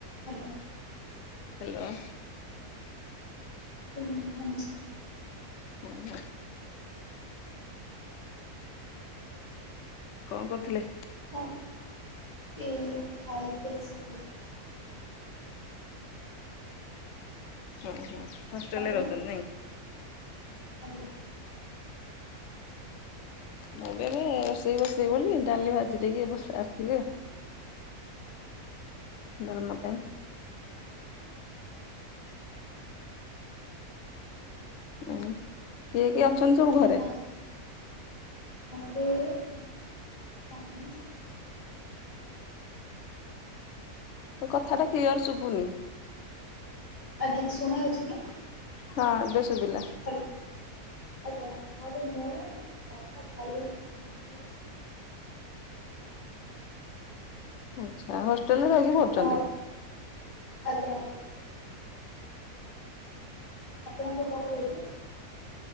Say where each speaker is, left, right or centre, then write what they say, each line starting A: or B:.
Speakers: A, on the left; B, on the left.
A: Hello
B: hello.
A: ଆଜ୍ଞା ନମସ୍କାର।
B: ହଁ। କଣ କରୁଥିଲେ?
A: ହ ଏ ଖାଇକି ଆସିଲି।
B: ଓ ହୋ ହଷ୍ଟେଲ
A: ଆପଣ
B: ରେ ରହୁଛନ୍ତି ନାଇଁ।
A: ଆଜ୍ଞା।
B: ମୁଁ ବି ଏବେ ରୋଷେଇ ବସେଇ ବୋଲି ଡାଲି ଭାଜି ଦେଇକି ବ ଆସିଲି। ଡାଲମା ପାଇଁ। ଉଁ କିଏ
A: ଆପଣ
B: କିଏ ଅଛନ୍ତି
A: ଆପଣଙ୍କ
B: ସବୁ ଘରେ?
A: ବା <unintelligible> ଭାଇ ଦିଦି
B: ତୋ କଥା ଟା କ୍ଲିଅର ଶୁଭୁନି।
A: ଆଜ୍ଞା ଶୁଣା ହେଉଛି କି?
B: ହଁ ଏବେ ସୁୁଭିଲା।
A: ହ୍ୟାଲୋ ଆଜ୍ଞା ଘରେ ମୁଁ ବାପା ଭାଇ <unintelligible>
B: ଆଚ୍ଛା ହଷ୍ଟେଲ ରେ ରହିକି ପଡୁଛନ୍ତି?
A: ଆଉ ଆପ ଆଜ୍ଞା ଆଜ୍ଞା। ଆପଣଙ୍କ ଘରେ କୋଉଠି?